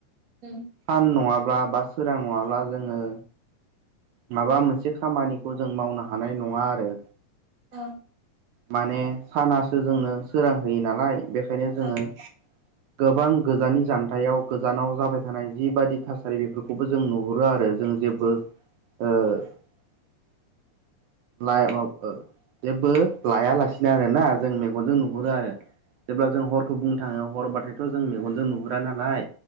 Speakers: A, on the right; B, on the right.
A: <unintelligible>
B: सान नङाब्ला बा सोरां नङाब्ला जोङो माबा मोनसे खामानिखौ जों मावनो हानाय नङा आरो।
A: औ।
B: माने सानासो जोंनो सोरां होयो नालाय बेखायनो जोङो
A: औ
B: गोबां गोजाननि जानथायाव गोजानाव जाबाय थानाय जिबादि थासारि बेफोरखौबो जों नु नुहरो आरो जों जेबो <unintelligible> जेबो लाया लासिनो आरो ना जों मेगनजों नुहरो आरो जेब्ला जों हर खौ बुंनो थाङो हरबाथायथ' जों मेगनजों नुहुरा नालाय